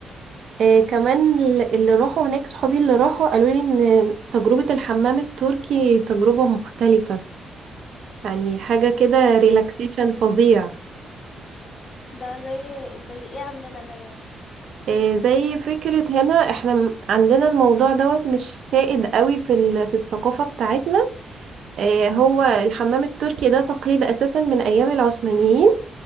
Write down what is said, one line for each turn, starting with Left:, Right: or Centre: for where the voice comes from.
Right: آه، كمان ال- اللي راحوا هناك صحابي اللي راحوا قالوا لي ان تجربة الحمام التركي تجربة مختلفة يعني حاجة كده ريلاكسيشن فظيع
Left: ده زي زي ايه عندنا ده يعني
Right: آه، زي فكرة هنا احنا م- عندنا الموضوع دوت مش سائد قوي في ال- في الثقافة بتاعتنا آه، هو الحمام التركي ده تقليد أساسا من أيام العثمانيين